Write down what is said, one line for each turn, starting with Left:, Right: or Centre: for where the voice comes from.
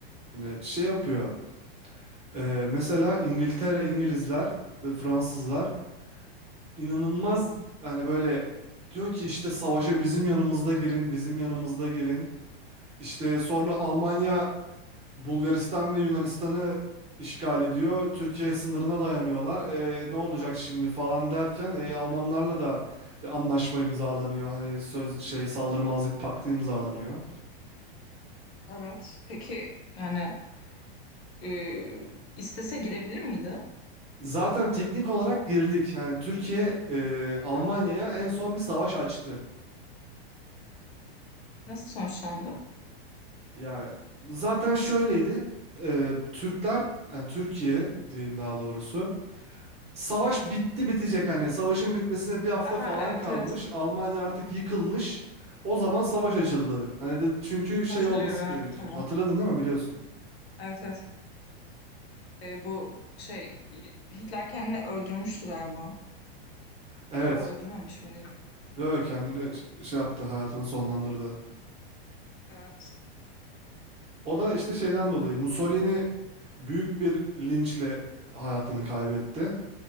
Right: hani şey yapıyor. Eee, mesela İngiltere, İngilizler ve Fransızlar inanılmaz hani böyle diyor ki işte savaşa bizim yanımızda girin, bizim yanımızda girin. İşte sonra Almanya Bulgaristan ve Yunanistan'ı işgal ediyor. Türkiye sınırına dayanıyorlar. E, ne olacak şimdi falan derken e, Almanlarla da bir anlaşma imzalanıyor. Hani söz şey saldırmazlık paktı imzalanıyor.
Left: Evet. Peki yani e, istese girebilir miydi?
Right: Zaten teknik olarak girdik. Yani Türkiye e, Almanya'ya
Left: Ha.
Right: en son bir savaş açtı.
Left: Nasıl sonuçlandı?
Right: Ya zaten şöyleydi. E, Türkler yani Türkiye diyeyim daha doğrusu. Savaş bitti bitecek hani savaşın bitmesine bir hafta
Left: Aha
Right: falan
Left: evet
Right: kalmış.
Left: evet
Right: Almanya artık yıkılmış. O zaman savaş açıldı. Hani dedi çünkü
Left: hatırlıyorum
Right: şey olması
Left: evet
Right: gerekiyor.
Left: tamam.
Right: Hatırladın değil mi biliyorsun?
Left: Evet evet. Ee, bu şey Hitler kendini öldürmüştü galiba.
Right: Evet.
Left: Daha öldürmemiş miydi?
Right: Böyle kendini ş- şey yaptı hayatını sonlandırdı.
Left: Evet.
Right: O da işte şeyden dolayı Mussolini büyük bir linçle hayatını kaybetti.